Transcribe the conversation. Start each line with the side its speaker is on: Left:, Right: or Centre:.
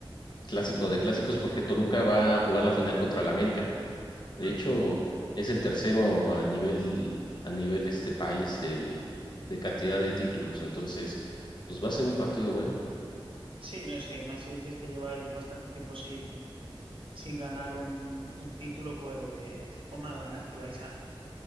Left: clásico de clásicos, porque Toluca va a jugar la final contra el América. De
Right: Han,
Left: hecho, es el tercero a nivel, a nivel este país el, de cantidad de títulos. Entonces, pues va a ser un partido bueno.
Right: Sí, no sé, más si dices que lleváis bastante tiempo sin, sin ganar un, un título, pues con más ganas que vais a,